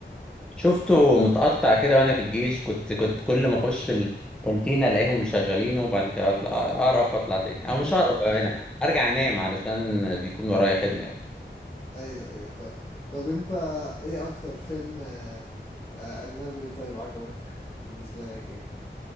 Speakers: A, in the centre; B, on the left (about 35°).
A: شفته متقطع كده وانا في الجيش كنت كنت كل ما اخش الكانتين الاقيهم مشغلينه وبعد كده اطلع اقرف واطلع تاني
B: <laughs>
A: او مش اقرف بقى انا ارجع انام علشان بيكون ورايا خدمه يعني.
B: ايوه ايوه فاهم طب انت ايه اكتر فيلم آه، آه، اجنبي طيب عجبك بالنسبه لك ايه